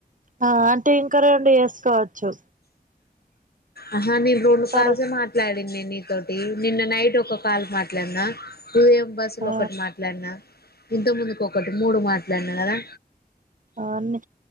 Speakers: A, on the right; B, on the left.
A: ఆ అంటే ఇంకా రెండు చేసుకోవచ్చు
B: ఆహా నేను రెండు
A: తరు
B: కాల్స్ ఎ మాట్లాడిన్నే నీతోటి నిన్న నైట్ ఒక కాల్ మాట్లాడినఉదయం బస్సులో
A: ఆ
B: ఒకటి మాట్లాడిన ఇంతక్ ముందుకు ఒకటి మూడు మాట్లాడిన కదా
A: అవన్నీ